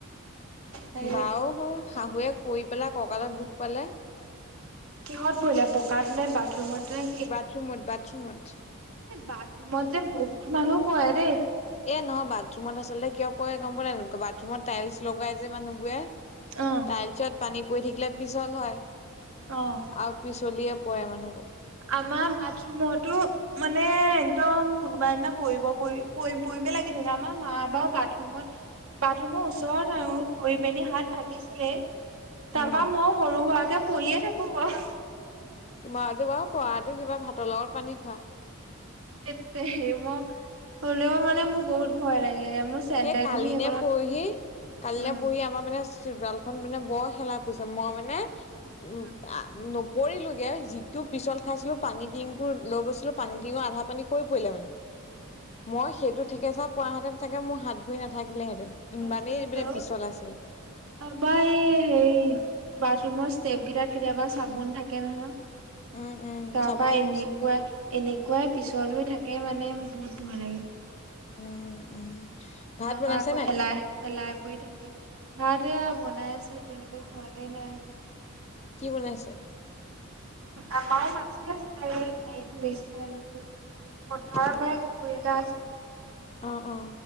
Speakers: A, on the right; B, on the left.
A: হেৰি
B: বাও হল শাহুৱেক। পৰি পেলাই কঁকালত দুখ পালে।
A: কিহঁত পৰিলে পকাত নে বাথৰুমতনে
B: বাথৰুমত বাথৰুমত
A: এ বাথৰুমত যে বহুত মানুহ পঢ় ৰে দে
B: এ নহয় বাথৰুমত আচলতে কিয় পৰে গম পোৱা না নোপোৱা বাথৰুমত টাইলছ লগাই যে মানুহবোৰে
A: অ।
B: তাইলছত পানী পৰি থাকিলে পিছল হয়
A: অ'
B: আৰু পিছলিয়ে পৰে মানুহবোৰ
A: আমাৰ বাথৰুমতো মানে একদম কোনোবা দিনা পৰিব পৰি পৰি পৰিমেই লাগি থাকে আমাৰ মা বা বাট বাথৰুমত বাথৰুমৰ ওচৰত আৰু পৰি পনী হাত ভাগিছিলে তাৰাপা
B: উম
A: মই সৰু হোৱাকে পৰিয়ে থাকো ব
B: তোমাৰতো বাৰু পৰাটো কিবা ভাতৰ লগত পানী খোৱা
A: থেত তেৰি মোক হ'লেও মানে মোক বহুত ভয় লাগে মোৰ চেণ্ডেল
B: এই কালি
A: পিন্ধি সেইকনত
B: নে পৰহি কালি নে
A: উম
B: পৰহি আমাৰ মানে চব্ৰাল খন মানে বৰ খেলাপেছা মই মানে উ
A: উম
B: নপৰিলোগে ত পিছত খাইছিলো পানী ডিঙটো লৈ গৈছিলো পানী ডিঙৰ আধা পানী সৰি পৰিলে মানে মই সেইটো থেকেচা পোৱাহেতেন চাগে মোৰ হাত ভৰি নাথাকিলেহেঁতেন।
A: পচ
B: ইমানেই
A: <unintelligible>
B: মানে পিছল আছিলে
A: আবা এই হেই বাথৰুমৰ ষ্টেভ কেইটাত কেতিয়াবা চাবোন থাকে নহয়
B: উম উম
A: তাৰাপা
B: চাবোনত
A: এনেকুৱা
B: পিছল
A: এনেকুৱাই পিছল হৈ থাকে মানে বহুত ভয় লাগে।
B: উম উম ভাত
A: তাৰপা
B: বনাইছে
A: আকো
B: নাই
A: হেলাই হেলাই পৰি থাকে লৰাটোৱে বনাই আছে এতিয়ালৈকে হোৱাগে নাই আৰু
B: কি বনাইছে?
A: আমাৰ মাছে আছিলে এ হেৰিত ধৰিছিলে আৰু পথাৰত
B: অ
A: মানে পুখুৰী এটা আছিলে,
B: অ অ